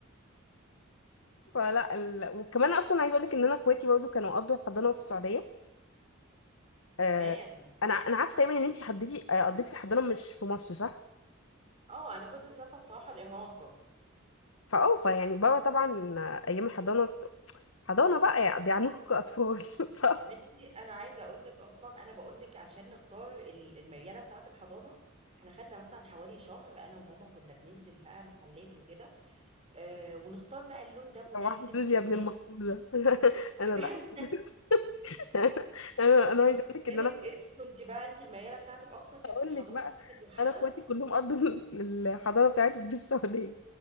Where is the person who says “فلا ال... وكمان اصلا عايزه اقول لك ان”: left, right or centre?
Left